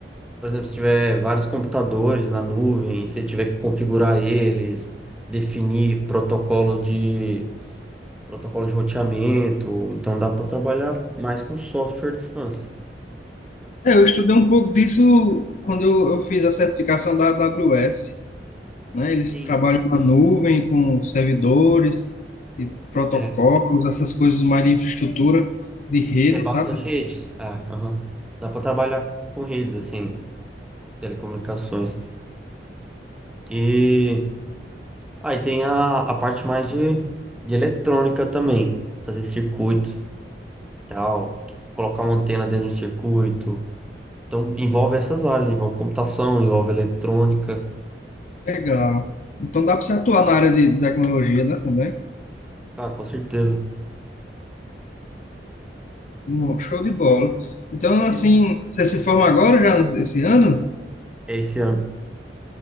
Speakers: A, in the centre; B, on the left.
A: Por exemplo, se tiver vários computadores na nuvem, se tiver que configurar eles, definir protocolo de protocolo de roteamento, então dá para trabalhar mais com software à distância.
B: É, eu estudei um pouco disso quando eu, eu fiz a certificação da AWS, né? Eles
A: Sim,
B: trabalham na nuvem com servidores e protocolos,
A: é,
B: essas coisas mais de infraestrutura de rede,
A: tem bastante
B: sabe?
A: redes. É, aham. Dá para trabalhar com redes assim, telecomunicações. E Aí tem a, a parte mais de, de eletrônica também, fazer circuito, tal, colocar uma antena dentro de um circuito. Então envolve essas áreas, envolve computação, envolve eletrônica.
B: Legal. Então dá para você atuar na área de tecnologia, né, também?
A: Ah, com certeza.
B: Mo- Show de bola. Então, assim,
A: E vo-
B: você se forma agora já nesse- esse ano?
A: é esse ano.